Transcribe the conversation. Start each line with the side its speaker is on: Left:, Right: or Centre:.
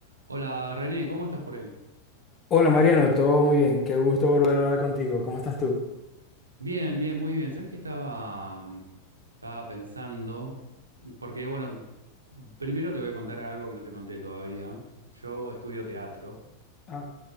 Right: Hola René, ¿cómo estás por ahí?
Left: Hola Mariano, todo muy bien. Qué gusto volver a hablar contigo. ¿Cómo estás tú?
Right: Bien, bien, muy bien. ¿Sabes qué estaba, mm, estaba pensando? Porque, bueno, primero te voy a contar algo que no te conté todavía. Yo estudio teatro
Left: Ah,